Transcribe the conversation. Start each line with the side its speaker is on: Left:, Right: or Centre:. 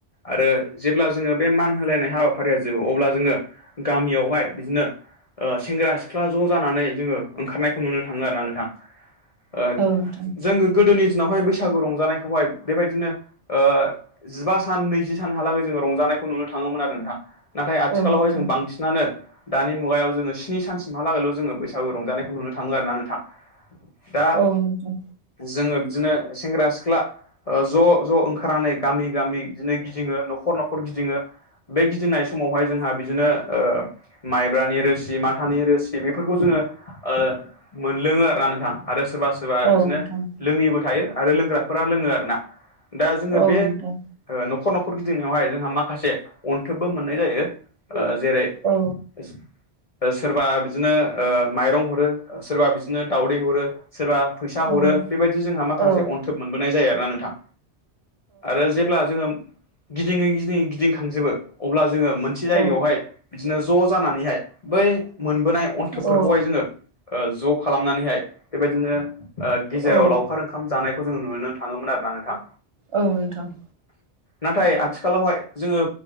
Left: आरो जेब्ला जोंङो बे मान होलायनाय हाबाफारिया जोबो अब्ला जोंङो गामियावहाय बिदिनो ओ सेंग्रा सिख्ला ज' जानानै जोंङो ओंखारनायखौ नुनो थाङो आरो ना नोंथां। ओ
Right: नोंथां
Left: जोंङो गोदोनि दिनावहाय बैसागु रंजानायखौहाय बेबायदिनो ओ जिबा सान नैजि सानहालागै जोंङो रंजानायखौ नुनो थाङोमोन आरो नोंथां नाथाय आथिखालावहाय
Right: औ नोंथां
Left: जों बांसिन नानो दानि मुगायाव जोंङो स्नि सानसिमहालागैल' जोंङो बैसागु रंजानायखौ नुनो थाङो आरोना नोंथां। दा
Right: औ नोंथां
Left: जोंङो बिदिनो सेंग्रा सिख्ला ज' ज' ओंखारनानै गामि गामि बिदिनो गिदिङो न'खर न'खर गिदिङो बे गिदिंनाय समावहाय जोंहा बिदिनो ओ माइब्रानि रोसि माथानि रोसि बेफोरखौ जोंङो ओ मोनलोंङो आरो ना नोंथां आरो सोरबा सोर बा
Right: औ
Left: बिदिनो
Right: नोंथां
Left: लोङैबो थायो आरो लोंग्राफोरा लोंङो आरो ना दा जोंङो
Right: औ
Left: बे
Right: नोंथां
Left: ओ न'खर न'खर गिदिंनायावहाय जोंहा माखासे अन्थोबबो मोननाय जायो ओ जेरै
Right: औ।
Left: <unintelligible> सोरबा बिदिनो ओ माइरं हरो सोरबा बिदिनो दावदै हरो सोरबा फै फैसा हरो
Right: औ
Left: बेबायदि जोंहा
Right: नोंथां
Left: माखासे अन्थोब मोनबोन जायो आरोना नोंथां। आरो जोंङो गिदिंङै गिदिङै गिदिं खांजोबो अब्ला जोंङो मोनसे जायगायावहाय
Right: औ
Left: बिदिनो ज' जानानैहाय बै मोनबोनाय अन्थोबफोरखौहाय
Right: औ
Left: जोंङो ओ ज' खालामनानैहाय बेबायदिनो ओ गेजेराव
Right: औ
Left: लावखार ओंखाम जानायखौ जोंङो नुनो थाङोमोन आरोना नोंथां।
Right: औ नोंथां।
Left: नाथाय आथिखालावहाय जोंङो